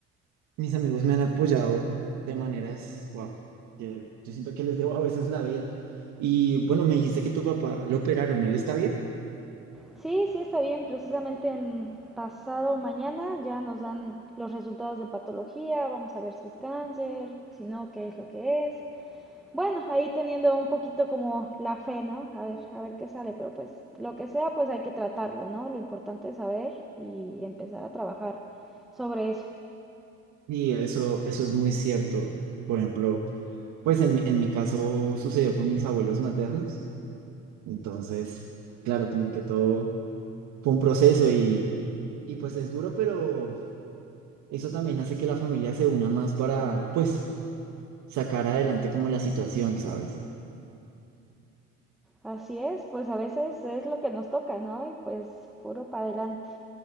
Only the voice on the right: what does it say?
Mis amigos me han Mm. apoyado de maneras, wow, que yo siento que les debo a veces la vida. Y bueno, me dijiste que tu papá lo operaron, ¿él está bien?
Sí, eso, eso es muy cierto. Por ejemplo. Pues en, mi- en mi caso sucedió con mis abuelos maternos, entonces, claro, como que todo fue un proceso y, y pues es duro, pero eso también hace que la familia se una más para, pues, sacar adelante como la situación, ¿sabes?